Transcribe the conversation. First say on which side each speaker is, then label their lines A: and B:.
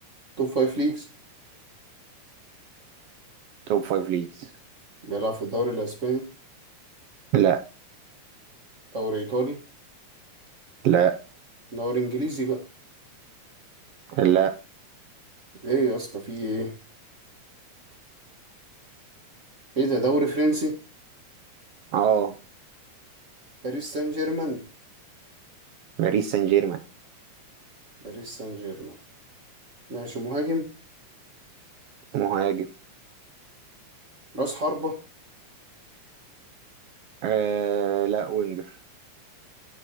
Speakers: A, on the right; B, on the right.
A: توب فايف ليجز
B: توب فايف ليجز
A: بيلعب في الدوري الأسباني
B: لا
A: دوري إيطالي
B: لا
A: دوري إنجليزي بقى
B: لا
A: ايه يا اسطى في ايه ايه ده دوري فرنسي
B: اه
A: باريس سان جيرمان
B: باريس سان جيرمان
A: باريس سان جيرمان ماشي مهاجم
B: مهاجم
A: راس حربة
B: آه لا وينجر